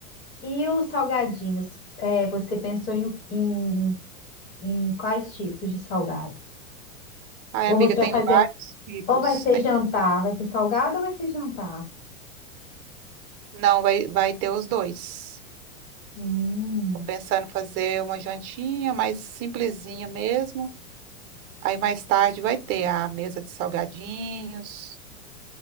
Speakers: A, on the left (about 40°); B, on the right (about 35°).
A: E os salgadinhos? É, você pensou em, o- em, em quais tipos de salgado?
B: Ai,
A: Ou
B: amiga,
A: você
B: tem
A: vai fazer,
B: vários tipos.
A: ou vai ser
B: Tem...
A: jantar? Vai ser salgado ou vai ser jantar?
B: Não, vai, vai ter os dois.
A: Hum,
B: Tô pensando em fazer uma jantinha mais simplesinha mesmo. Aí mais tarde vai ter a mesa de salgadinhos.